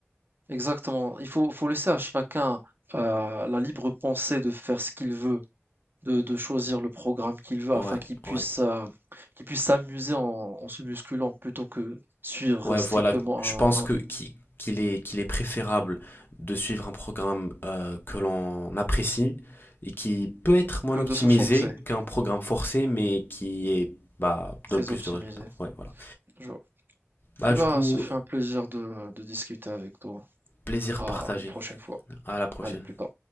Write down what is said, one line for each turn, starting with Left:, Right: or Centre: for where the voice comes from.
Right: exactement, il faut, faut laisser à chacun euh, la libre pensée de faire ce qu'il veut. de, de choisir le programme qu'il veut
Left: Ouais,
Right: afin qu'il puisse,
Left: ouais.
Right: euh, qu'il puisse s'amuser en, en se musculant plutôt que suivre
Left: Ouais,
Right: strictement
Left: voilà, je pense
Right: un,
Left: que
Right: un-
Left: qui- qu'il est, qu'il est préférable de suivre un programme euh, que l'on apprécie et qui peut être moins
Right: que
Left: optimisé
Right: de se forcer.
Left: qu'un programme forcé, mais qui est, bah,
Right: Très
Left: donne plus
Right: optimisé.
Left: de résultats. Ouais, voilà.
Right: Je vois.
Left: Bah,
Right: Eh
Left: du
Right: ben,
Left: coup,
Right: ce fut un plaisir de, de discuter avec toi.
Left: plaisir
Right: À
Left: partagé.
Right: une prochaine fois.
Left: À la prochaine.
Right: Allez, plus tard.